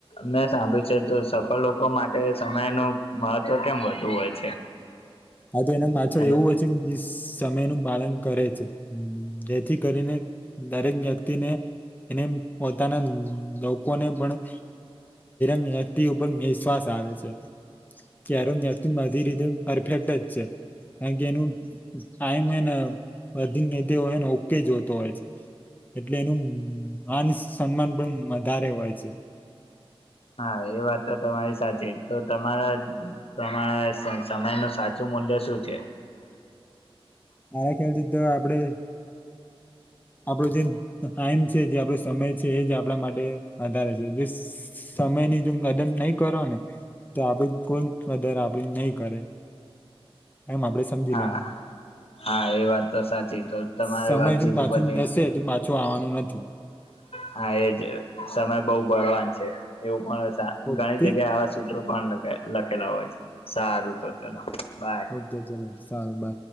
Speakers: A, on the left (about 70°); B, on the left (about 15°).
A: મેં સાંભળ્યું છે તો સફળ લોકો માટે સમય નું મહત્વ કેમ વધુ હોય છે
B: હા તો એના માથે
A: એનું
B: એવું હોય છે જિસ સમય નું પાલન કરે છે જેથી કરીને દરેક વ્યક્તિને એને પોતાના લોકોને પણ નિયમ વ્યક્તિ ઉપર નિશ્વાસ આવે છે કે કેરમ દી રિધમ પરફેક્ટ જ છે કારણ કે એનું ટાઈમ એન્ડ વધી નીતિઓ ઓકે જોતો હોય છે એટલે એનું માન સન્માન પણ વધારે હોય છે
A: હા એ વાત તો તમારી સાચી તો તમારા પ્રમાણે સમય નું સાચું મૂલ્ય શું છે
B: મારા ખ્યાલથી તો આપણે આપણો જે ટાઈમ છે જે આપણો સમય છે એ જ આપણા માટે વધારે છે જે સ સમય ની જો કદર નહી કરો ને તો આપડી કોઈ કદર આપડી નહીં કરે <inaudible> એમ આપડે સમજી
A: હા
B: લેવાનું
A: હા એ વાત તો સાચી તો તમારી
B: સમય
A: વાતચીત
B: જ બા
A: ઉપરથી
B: જેમ જશે તેમ પાછો આવવાનો નથી
A: હા એજ સમય બહુ બળવાન છે એવું પણ
B: ઓકે
A: ઘણી જગ્યાએ આવા સૂત્રો પણ લખે લખેલા હોય છે સારું તો ચલો બાય
B: ઓકે ચલો સારું બાય.